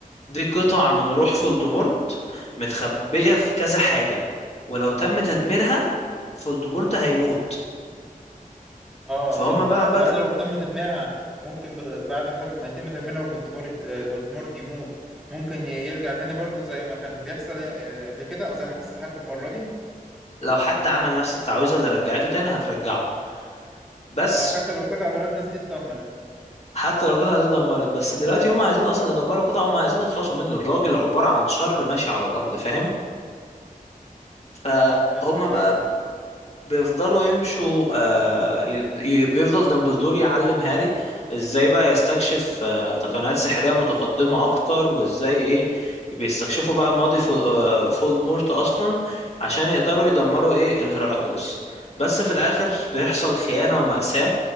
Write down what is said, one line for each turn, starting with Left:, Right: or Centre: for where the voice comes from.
Left: دي قطع من روح فولدمورت متخبيه في كذا حاجه ولو تم تدميرها فولدمورت هيموت
Centre: اه
Left: فهم
Centre: طب
Left: بقى
Centre: هل
Left: بدأ
Centre: لو تم تدميرها ممكن ب- بعد ما تم ما يتم تدميرها فولتمورت آه، فولتمورت يموت ممكن ي- يرجع تاني برضه زي ما كان بيحصل آه، قبل كده او زي ما حصل حتى المرة دي
Left: لو حد عمل نفس التعويذه اللي رجعته تاني هترجعه بس
Centre: آه، حتى لو قطع هيراكلس دي اتدمرت
Left: حتى لو القطعه دي اتدمرت بس دلوقتي هم عايزين اصلا يدمروا قطعه هم عايزين يخلصوا منه الراجل عباره عن شر ماشي على الارض فاهم فهم
Centre: اه فهمتك
Left: بقى
Centre: ايوه
Left: بيفضلوا يمشوا آه، ي- ي- بيفضل دمبلدور يعلم هاري ازاي بقى يستكشف آه، تقنيات سحرية متقدمة اكتر وازاي ايه بيستكشفوا بقى ماضي فول آه، فولدمورت اصلا عشان يقدروا يدمروا ايه الهراكروس بس في الاخر بيحصل خيانة ومأساة